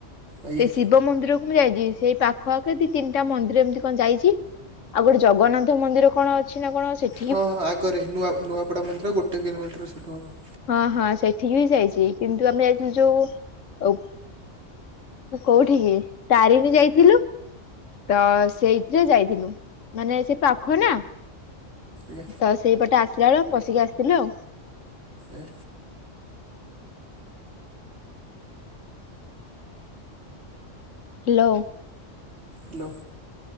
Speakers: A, on the right; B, on the left.
A: ଆଜ୍ଞା।
B: ସେ ଶିବ ମନ୍ଦିର ମୁ ଯାଇଛି ସେଇ ପାଖ ଆଖ ଦି ତିନିଟା ମନ୍ଦିର ଏମିତି କଣ ଯାଇଛି। ଆଉ ଗୋଟେ ଜଗନ୍ନାଥ ମନ୍ଦିର କଣ ଅଛି ନା କଣ ସେ
A: ହଁ ହଁ ଆଗରେ ନୂଆ ନୂଆପଡ଼ା ମନ୍ଦିର ଗୋଟେ କିଲୋମିଟର ସେ ଠୁ ହେବ।
B: ହଁ ହଁ ସେଠିକି ବି ଯାଇଛି କିନ୍ତୁ ଆମେ ଯାଇଥିଲୁ ଯୋଉ ଓ କୋଉଠିିକି ତାରିଣୀ ଯାଇଥିଲୁ। ତ ସେଇଥିରେ ଯାଇଥିଲୁ ମାନେ ସେ ପାଖ ନା ତ
A: ଏ
B: ସ ସେଇପଟେ ଆସିଲାବେଳେ ପଶିକି ଆସିଥିଲୁ ଆଉ।
A: ଏ
B: ହ୍ୟାଲୋ।
A: ହ୍ୟାଲୋ।